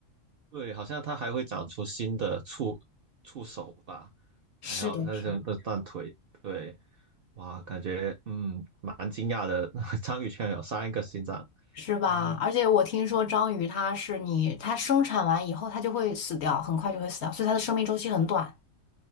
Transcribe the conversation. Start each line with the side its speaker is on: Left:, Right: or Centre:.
Right: 对，好像它还会长出新的触触手吧，还有那种的断腿，
Left: 是的，是的，
Right: 对，哇，感觉嗯蛮惊讶的，<laughs> 章鱼居然有三个心脏，
Left: 是吧？
Right: 嗯，
Left: 而且我听说章鱼它是你，它生产完以后它就会死掉，很快就会死掉，所以它的生命周期很短。